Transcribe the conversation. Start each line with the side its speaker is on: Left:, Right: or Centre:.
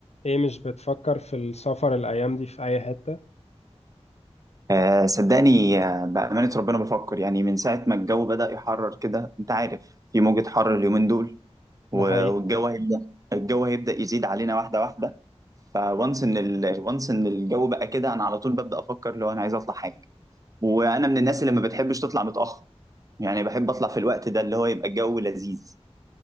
Left: ايه مش بتفكر في السفر الايام دي في اي حتة
Right: آه، صدقني آه، بأمانة ربنا بفكر يعني من ساعة ما الجو بدأ يحرر كده أنت عارف في موجة حر اليومين دول و-
Left: ده حقيقي
Right: والجو هيبدأ الجو هيبدأ يزيد علينا واحدة واحدة فوانس إن ال... وانس إن الجو بقى كده أنا على طول ببدأ أفكر لو أنا عايز أطلع حاجة وأنا من الناس اللي ما بتحبش تطلع متأخر يعني بحب أطلع في الوقت ده اللي هو يبقى الجو لذيذ